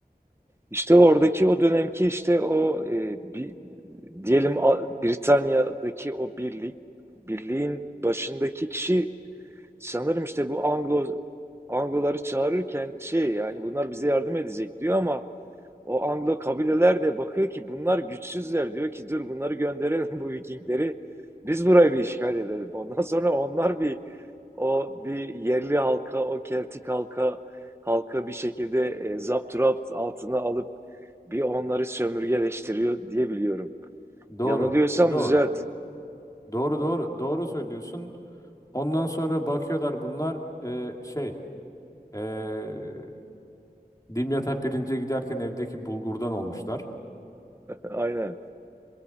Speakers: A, on the right; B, on the left.
A: İşte oradaki o dönemki işte o e, bi- diyelim A- Britanya'daki o birlik, birliğin başındaki kişi sanırım işte bu Anglo Angloları çağırırken şey yani bunlar bize yardım edecek diyor ama O Anglo kabileler de bakıyor ki bunlar güçsüzler diyor ki dur bunları gönderelim bu Vikingleri. Biz burayı bir işgal edelim. Ondan sonra onlar bir o bir yerli halka, o Keltik halka halka bir şekilde e, zapturapt altına alıp bir onları sömürgeleştiriyor diye biliyorum.
B: Doğru,
A: Yanılıyorsam
B: doğru,
A: düzelt.
B: doğru, doğru, doğru söylüyorsun. Ondan sonra bakıyorlar bunlar eee, şey eee Dimyat'a pirince giderken evdeki bulgurdan olmuşlar.
A: <laughs> Aynen.